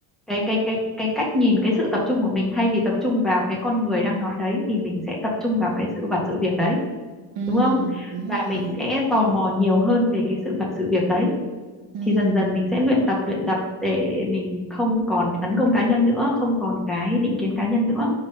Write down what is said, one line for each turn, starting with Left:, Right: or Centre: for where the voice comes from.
Centre: cái cái cái cái cách nhìn cái sự tập trung của mình thay vì tập trung vào cái con người đang nói đấy thì mình sẽ tập trung vào cái sự vật sự việc đấy
Right: ừ,
Centre: đúng không
Right: đúng
Centre: và
Right: rồi
Centre: mình sẽ tò mò nhiều hơn về cái sự vật sự việc đấy
Right: ừ.
Centre: thì dần dần mình sẽ luyện tập luyện tập để mình không còn tấn công cá nhân nữa không còn cái định kiến cá nhân nữa